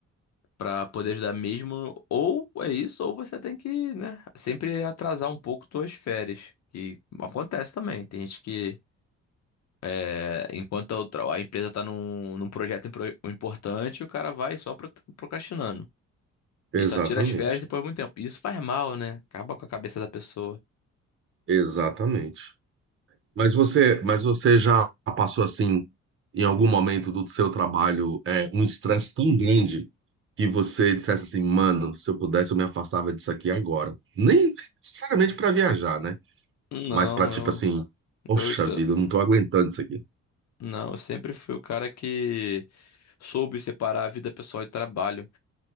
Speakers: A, on the left (about 60°); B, on the right (about 40°).
A: pra poder ajudar mesmo. Ou é isso, ou você tem que, né, sempre atrasar um pouco suas férias. Que acontece também. Tem gente que É, enquanto a, outra- a empresa está num, num projeto impro- importante, o cara vai só pro- procrastinando. E
B: Exatamente.
A: só tira as férias depois de muito tempo. Isso faz mal, né? Acaba com a cabeça da pessoa.
B: Exatamente. Mas você, mas você já passou assim, em algum momento do seu trabalho, é, um estresse tão grande que você dissesse assim, mano, se eu pudesse, eu me afastava disso aqui agora. Nem sinceramente para viajar, né?
A: Não,
B: Mas para tipo
A: eu,
B: assim, poxa
A: eu, eu-
B: vida, eu não tô aguentando isso aqui.
A: não, eu sempre fui o cara que soube separar a vida pessoal e trabalho.